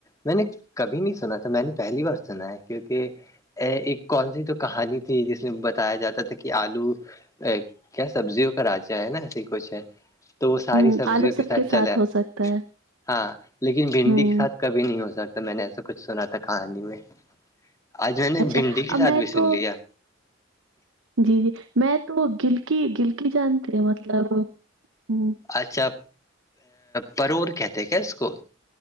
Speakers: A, on the left (about 15°); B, on the right (about 75°).
A: میں نے کبھی نہیں سنا تھا میں نے پہلی بار سنا ہے کیونکہ ا ایک کون سی تو کہانی تھی جس میں بتایا جاتا تھا کہ آلو ا کیا سبزیوں کا راجا ہے نا ایسے ہی کچھ ہے تو وہ ساری
B: ہوں
A: سبزیوں
B: آلو سب
A: کے ساتھ چلے آ
B: ہو سکتا ہے
A: ہاں لیکن بھنڈی
B: ہوں
A: کے ساتھ کبھی نہیں ہو سکتا میں نے ایسا کچھ سنا تھا کہانی میں آج میں نے
B: اچھا
A: بھنڈی کے
B: اب
A: ساتھ
B: میں
A: بھی سن
B: تو
A: لیا
B: جی جی میں تو گل کی گلکی جانتے ہیںے مطلب ہ
A: اچھا پرور کہتے کیا اس کو